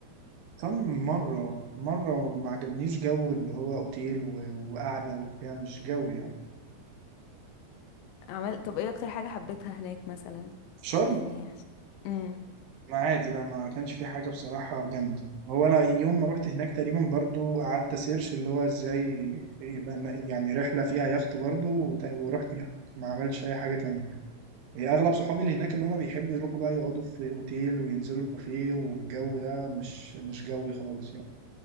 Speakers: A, on the right; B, on the left.
A: كم مرة مرة وما عجبنيش جو اللي هو اوتيل و- وقعدة وبتاع مش جو يعني
B: عمل طب ايه اكتر حاجة حبيتها هناك مثلا
A: في شرم
B: يعني امم
A: ما عادي لا ما كانش في حاجة بصراحة جامدة هو انا يوم ما رحت هناك تقريبا برضو قعدت سيرش اللي هو ازاي يبقى ن- يعني رحلة فيها يخت برضو وت- ورحت يخت ما عملتش اي حاجة تانية هي اغلب صحابي اللي هناك اللي هما بيحبوا يروحوا بقى يقعدوا في اوتيل وينزلوا البوفيه والجو ده مش مش جوي خالص يعني